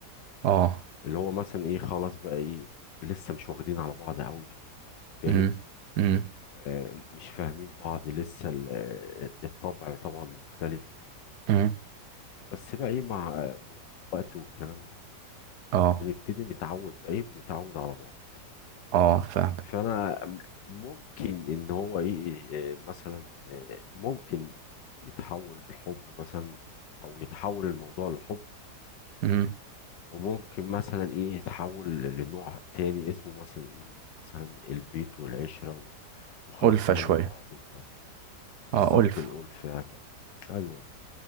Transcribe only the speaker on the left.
اللي هو مثلا ايه خلاص بقى ايه لسه مش واخدين على بعض قوي فاهم
آه، مش فاهمين بعض لسه ال- آه، الطبع طبعا مختلف
بس بقى ايه مع آه، مرور الوقت والكلام ده
بنبتدي نتعود بقى ايه بنتعود على بعض
فانا ممكن ان هو ايه آه، مثلا آه، ممكن يتحول لحب مثلا او يتحول الموضوع لحب
وممكن مثلا ايه يتحول لنوع تاني اسمه مثلا ايه مثلا البيت والعشرة و- وخلاص
فهمنا
بعض وب- بالظبط
الألفة ايوه